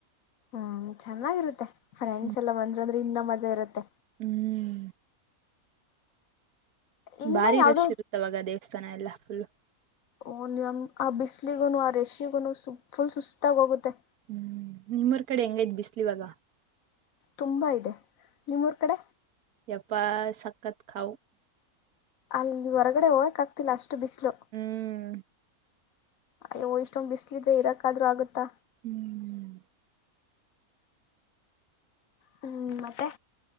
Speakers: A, on the left; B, on the right.
A: ಹ್ಮ್ ಚೆನ್ನಾಗಿರುತ್ತೆ ಫ್ರಂಡ್ಸ್
B: ಹ್ಮ್
A: ಎಲ್ಲ ಬಂದ್ರಂದ ಇನ್ನ ಮಜಾ ಇರುತ್ತೆ
B: ಹ್ಮ್
A: ಇನ್ನ
B: ಬಾರಿ
A: ಯಾವ್ದೋ
B: ರಶ್ ಇರುತ್ತವಾಗ ದೇವಸ್ಥಾನ ಎಲ್ಲಾ ಸುಳ್ಳು
A: <unintelligible> ಬಿಸ್ಲಿಗುನು ಆ ರಷ್ಟ <unintelligible> ತಗೋಗುತ್ತೆ
B: ಹ್ಮ್ ನಿಮ್ಮರ್ ಕಡೆ ಹೆಂಗೈತ್ ಬಿಸ್ಲಿವಾಗ
A: ತುಂಬಾ ಇದೆ ನಿಮ್ಮೂರ್ ಕಡೆ
B: ಎಪ್ಪಾ ಸಕ್ಕತ್ ಕಾವ
A: ಅಲ್ಲಿ ಹೊರಗಡೆ ಹೋಗಕ್ ಆಗ್ತಿಲ್ಲ ಅಷ್ಟು ಅಷ್ಟು ಬಿಸಲು
B: ಹ್ಮ್
A: ಅಯ್ಯೋ ಇಷ್ಟೊಂಗ್ ಬಿಸ್ಲಿದ್ರೆ ಇರಕ್ಕದ್ರೂ ಆಗುತ್ತಾ
B: ಹ್ಮ್
A: ಹ್ಮ್ ಮತ್ತೆ